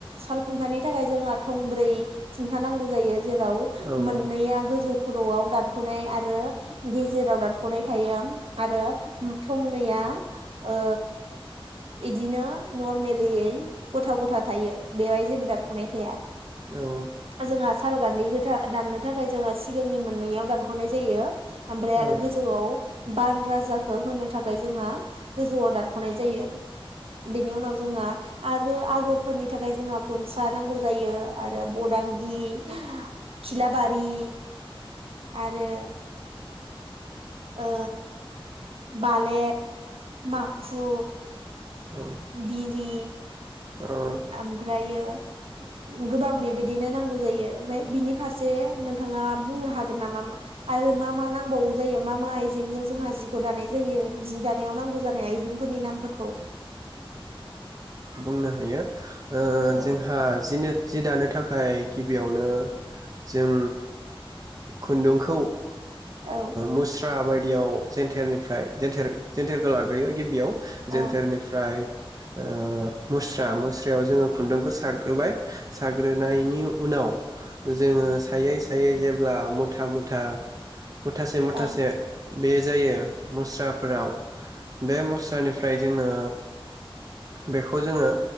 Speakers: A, on the right; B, on the right.
A: सालखुन्थानि थाखाय जोंहा थं ब्रै खुन्था नांगौ जायो। जेराव
B: औ
A: मोननैया गोजौ खर'आव दानख'नाय आरो गेजेराव दानख'नाय थायो। आरो थंनैया ओ इदिनो नर्मलियै गथा गथा थायो बेवहाय जेबो दान खनाय थाया
B: औ
A: जोंहा साल गान्दै <unintelligible> दाननो थाखाय जोङो <unintelligible> मोननैयाव दानखनाय जायो ओमफ्राय
B: औ
A: आरो गोजौआव बान राजाखौ होनो थाखाय जोङा गोजौआव दानखनाय जायो बेनि उनाव जोङा आरो आगरफोरनि थाखाय जोंङा गनसा नांगौ जायो आरो बदांगि खिलाबारि आरो ओ बालेद माखु
B: औ
A: बिरि
B: औ औ
A: आमफ्रायो गोबां बेबायदिनो नांगौ जायो ओमफ्राय बिनि फारसे नोंथांङा बुंनो हागोन नामा आरो मा मा नांबावौ जायो मा मा आइजेंजों जोंहा जिखौ दानाय जायो जि दानायाव नांगौ जानाय आइजेंफोरनि नामफोरखौ
B: बुंनो हायो ओ
A: औ
B: जोंहा जिनो जि दानो थाख थाखाय गिबियावनो जों खुन्दुंखौ ओ
A: औ
B: मुस्रा बाय बेयाव जेन्थेरनिफ्राय जेेन्थेेर जेन्थेरखौ लाग्रोयो गिबियाव
A: औ
B: जेन्थेरनिफ्राय ओ मुस्रा मुस्रायाव जोंङो खुन्दुंखौ साग्रोबाय साग्रोनायनि उनाव जोंङो सायै सा थायो जेब्ला मुथा मुथा मुथासे मुथासे
A: औ
B: बे जायो मुस्राफोराव बे मुस्रानिफ्राय जोंङो बेखौ जोंङो